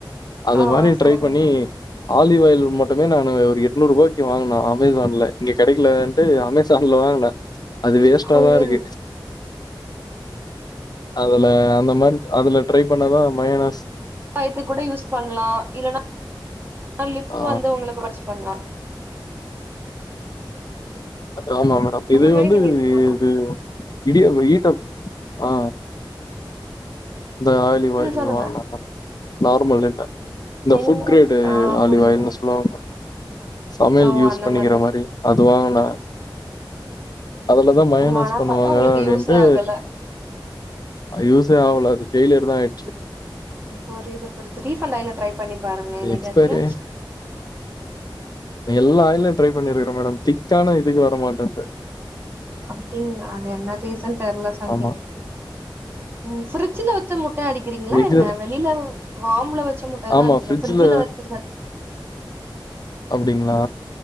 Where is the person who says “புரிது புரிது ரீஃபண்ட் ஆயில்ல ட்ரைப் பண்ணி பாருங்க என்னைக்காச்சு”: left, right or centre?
Right